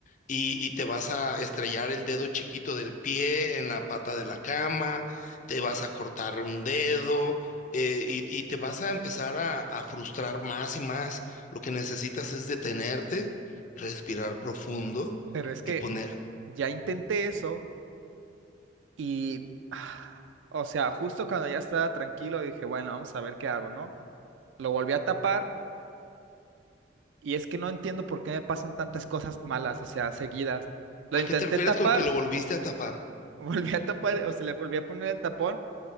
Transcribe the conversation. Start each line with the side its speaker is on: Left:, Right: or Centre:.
Left: y, y te vas a estrellar el dedo chiquito del pie en la pata de la cama, te vas a cortar un dedo eh, y, y te vas a empezar a, a frustrar más y más. Lo que necesitas es detenerte, respirar profundo
Right: Pero es que
Left: y poner,
Right: ya intenté eso y, ah, o sea, justo cuando ya estaba tranquilo dije, bueno, vamos a ver qué hago, ¿no? Lo volví a tapar y es que no entiendo por qué me pasan tantas cosas malas, o sea, seguidas. Lo
Left: ¿a
Right: intenté
Left: qué te refieres
Right: tapar,
Left: con que lo volviste a tapar?
Right: <laughs> volví a tapar, o sea, le volví a poner el tapón